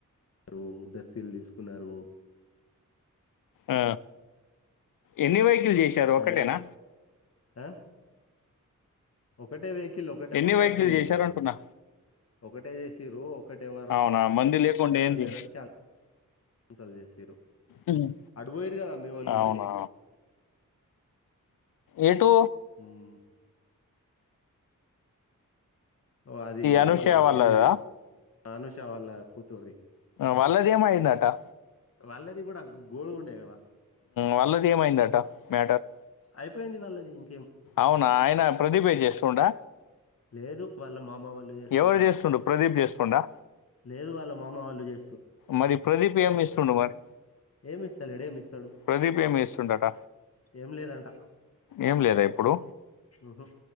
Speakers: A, on the left; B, on the left.
A: రు దస్తీల్తీసుకున్నారు
B: ఆ ఎన్ని వెహికల్ చేశారు
A: కానీ
B: ఒకటేనా
A: ఆ ఒకటే వెహికల్ ఒకటేమో
B: ఎన్ని
A: క్యాన్సల్
B: వెహికల్ చేశారు
A: చేసిరు
B: అంటున్నా
A: ఒకటే చేసిరు ఒక్కరేవ్వరోస్తలేరని
B: అవునా మంది లేకుండా ఏంది
A: కాన్సిల్ చేసిర్రు
B: హ్మ్.
A: అటుపోయ్రు కదా మీ వాళ్ళు
B: అవునా
A: మళ్ళీ
B: ఏటు
A: మ్ ఓ అది
B: అనుష
A: వాళ్ళ
B: వాళ్ళదా
A: చెల్లిది అనుషా వాళ్ళ కూతుర్ది
B: వళ్ళదేమయిదటా
A: వాళ్ళది కూడా గోళుండేగదా
B: వాళ్ళది ఏమైందట మ్యాటర్
A: అయిపోయ్ది వాళ్ళది ఇం
B: అవునా ఆయన ప్రదీపే చేస్తుండా
A: లేదు వాళ్ళ మామ వాళ్ళు చేస్తురంట
B: ఎవరు చేస్తుండు ప్రదీప్ చేస్తుండా
A: లేదు వాళ్ళ మామ వాళ్ళు చే
B: మరి ప్రదీప్ ఏమిస్తుండు మరి
A: ఏమి ఇస్తలేడు ఏమి ఇస్తాడు
B: ప్రదీప్ ఏమిస్తుండట
A: ఏం లేదంట
B: ఏం లేదా ఇప్పుడు
A: ఉహు